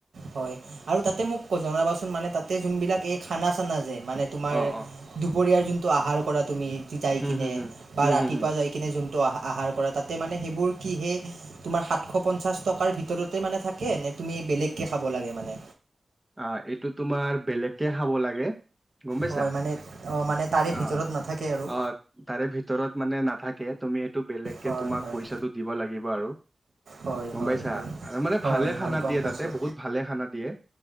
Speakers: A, on the right; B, in the centre.
A: হয় আৰু তাতে মোক জনাবাচোন মানে তাতে যোন বিলাক এই খানা চানা যে মানে তোমাৰ
B: অ অ
A: দুপৰীয়াৰ যোনটো আহাৰ কৰা তুমি যাই
B: হুম
A: কিনে
B: হুম হুম
A: বা
B: হুম
A: ৰাতিপুৱা
B: হুম হুম
A: যাই কিনে যোন। আহাৰ কৰা তাতে মানে সেইবোৰ কিহে তোমাৰ সাতশ পঞ্চাশ টকাৰ ভিতৰতে মানে থাকে নে। তুমি বেলেগকে খাব লাগে মানে।
B: অ এইটো তোমাৰ বেলেগকে খাব লাগে। গম পাইছা
A: হয় মানে অ মানে তাৰে
B: অ
A: ভিতৰত নাথাকে আৰু
B: অ তাৰে ভিতৰত মানে নাথাকে। তুমি এইটো বেলেগ কে
A: হয়
B: তোমাক
A: হয়
B: পইচাটো দিব লাগিব আৰু।
A: হয়
B: গম
A: হয়
B: পাইছা
A: হয়
B: আৰু মানে ভালে
A: হয়
B: খানা
A: হয় গম
B: দিয়ে
A: পাইছোঁ
B: তাতে বহুত ভালে খানা দিয়ে।